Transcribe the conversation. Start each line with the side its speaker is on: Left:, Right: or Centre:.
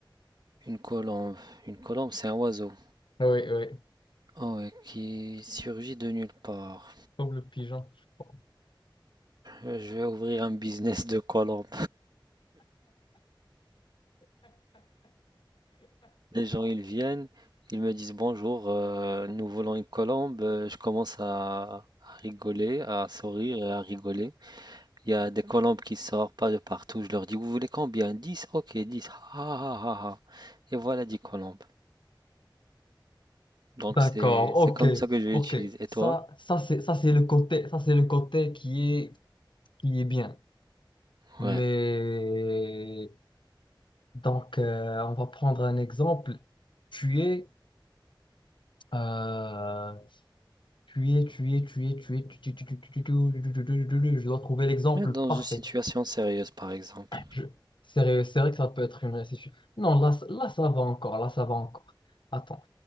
Right: une colombe, une colombe, c'est un oiseau.
Left: Oui, oui,
Right: Oh, ouais, qui surgit de nulle part.
Left: comme le pigeon. je crois.
Right: Euh, Je vais ouvrir un business de colombe. Les gens, ils viennent, ils me disent bonjour, euh, nous voulons une colombe. Euh, Je commence à, à rigoler, à sourire et à rigoler. Il y a des colombes qui sortent pas de partout. Je leur dis, vous voulez combien? Dix Ok, 10. Ah, ah, ah, ah. Et voilà 10 colombes.
Left: <laughs>
Right: Donc
Left: D'accord,
Right: c'est c'est
Left: ok,
Right: comme ça que je l'utilise.
Left: ok.
Right: Et
Left: Ça,
Right: toi?
Left: ça c'est, ça c'est le côté, ça c'est le côté qui est, qui est bien. Mais
Right: Ouais.
Left: donc, euh, on va prendre un exemple. Tu es, euh, Tu es, tu es, tu es, tu es, tu tu- tu- tu- tu- tu- tu- tu- tu- tu- tu- tu- tu- je dois trouver l'exemple
Right: Ouais, Dans
Left: parfait.
Right: une situation sérieuse, par exemple.
Left: Je- C'est vrai, c'est vrai que ça peut être une récession. Non, là, ça- là, ça va encore, là, ça va encore. Attends,